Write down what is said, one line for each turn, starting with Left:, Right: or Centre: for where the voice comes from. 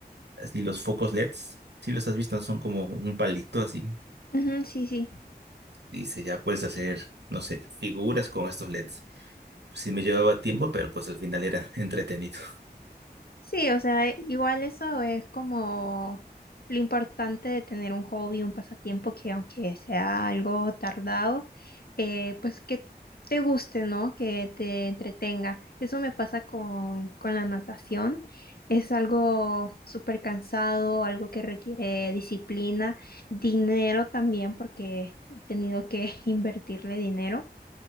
Right: así los focos LEDs, si los has visto, son como un palito así.
Left: Ujú, sí, sí.
Right: Dice, ya puedes hacer, no sé, figuras con estos LEDs. Pues sí me llevaba tiempo, pero pues al final era <laughs> entretenido.
Left: Sí, o sea, igual eso es como lo importante de tener un hobby, un pasatiempo que aunque sea algo tardado, eh, pues que te guste, ¿no? Que te entretenga. Eso me pasa con, con la natación. Es algo súper cansado, algo que requiere disciplina, dinero también, porque he tenido que <laughs> invertirle dinero.